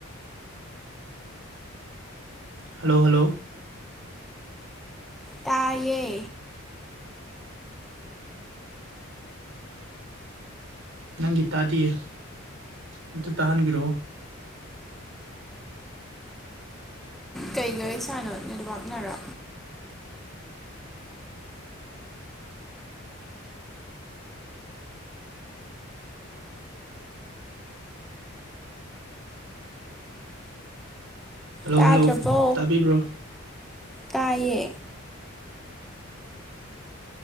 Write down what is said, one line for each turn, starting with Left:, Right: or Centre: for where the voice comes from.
Right: ꯍꯜꯂꯣ ꯍꯜꯂꯣ
Centre: ꯇꯥꯏꯌꯦ
Right: ꯅꯪꯒꯤ ꯇꯥꯗꯤꯌꯦ ꯑꯝꯇ ꯇꯥꯍꯟꯕꯤꯔꯛꯑꯣ
Centre: ꯀꯩꯒꯤ ꯑꯣꯏꯖꯥꯠꯅꯣ ꯅꯦꯠꯋꯛꯅꯔꯣ
Right: ꯍꯜꯂꯣ
Centre: ꯇꯥꯗ꯭ꯔꯕꯣ
Right: ꯍꯜꯂꯣ ꯇꯕꯤꯕ꯭ꯔꯣ
Centre: ꯇꯥꯏꯌꯦ